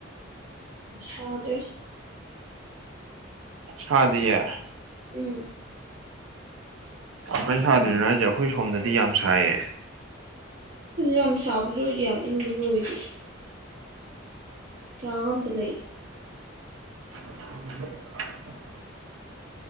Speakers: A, on the right; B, on the right.
A: ꯁꯗ
B: ꯁꯥꯗꯤꯌꯦ
A: ꯎꯝ
B: ꯁꯥꯏꯅ ꯁꯥꯗ꯭ꯔꯤꯅꯣ ꯍꯥꯏꯁꯦ ꯑꯩꯈꯣꯏ ꯁꯣꯝꯗꯗꯤ ꯌꯥꯝ ꯁꯥꯏꯌꯦ
A: ꯌꯥꯝ ꯁꯥꯕꯁꯨ ꯑꯣꯏꯗꯤꯦ ꯌꯥꯝ ꯏꯪꯕꯁꯨ ꯑꯣꯏꯗꯦ ꯀ ꯑꯝꯇ ꯂꯩ
B: <unintelligible>